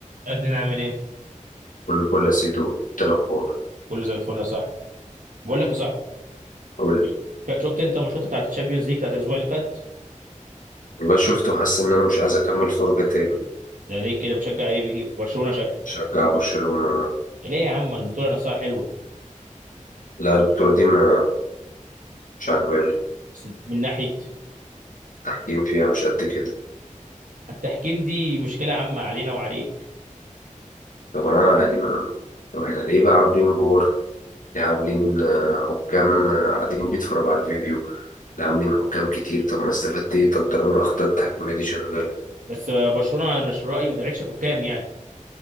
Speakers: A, on the right; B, on the left.
A: عايزين نعمل ايه
B: كل فل يا سيدو إنت الأخبار
A: كله زي الفل يا صاحبي بقول لك يا صاحبي
B: قول لي
A: ش- شفت انت ماتشات بتاعت الشامبيونز ليج بتاعت الاسبوع اللي فات
B: والله شفت وحاسس إن أنا مش عايز أكمل فرجة تاني
A: ده ليه كده بتشجع ايه بيه برشلونه شكلك
B: شجع برشلونة
A: ليه يا عم البطوله نفسها حلوه
B: لا البطولة دي ما مش عاجباني
A: بس من ناحيه
B: التحكيم فيها مش قد كده
A: التحكيم دي مشكله عامه علينا وعليك
B: طب أنا يعني ما طب إحنا ليه بقى عاملين فور ليه عاملين آه، حكام آه، قاعدين بيتفرجوا على الفيديو ليه عاملين حكام كتير طب أنا استفدت إيه طب طالما الأخطاء التحكيمية دي شغالة
A: بس برشلونه انا مش رايي ما طلعتش حكام يعني